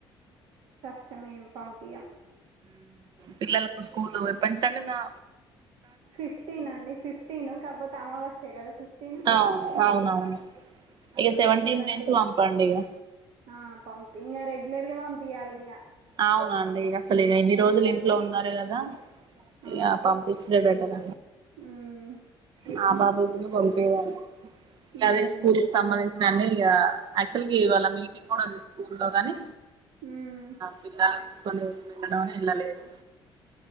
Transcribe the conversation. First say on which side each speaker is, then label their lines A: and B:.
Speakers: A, on the right (about 75°); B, on the right (about 50°).
A: శ్రమ ఏం పంపియ్యం
B: పిల్లలకు స్కూలు ఎప్పడినుంచండీ మా
A: ఫిఫ్టీన్ అండి ఫిఫ్టీన్ కాకపోతే అమావాస్య కదా ఫిఫ్టీన్
B: అవును అవునవును
A: ఆ
B: ఇక సెవెంటీన్త్
A: సెవెంటిన్
B: నుంచి పంపండి ఇక
A: ఆ పంపి ఇంగా రెగ్యులర్ గా పంపియ్యాలి ఇంగా
B: అవునండి అసలు ఇగా ఇన్ని
A: ఎందుకంటే
B: రోజులు ఇంట్లో ఉన్నారు కదా
A: అవును
B: ఇగా పంపిచ్చుడే బెటర్
A: ఉమ్
B: మా బాబుని కూడా పంపియ్యాలి
A: ఉమ్
B: అదే స్కూలుకు సంబంధించి అన్ని ఇగా యాక్చువల్ గా ఇవ్వాలా మీటింగు కూడా ఉంది స్కూల్లో గని
A: ఉమ్
B: పిల్లలని తీసుకొని వెళ్లడమని వెళ్లలేదు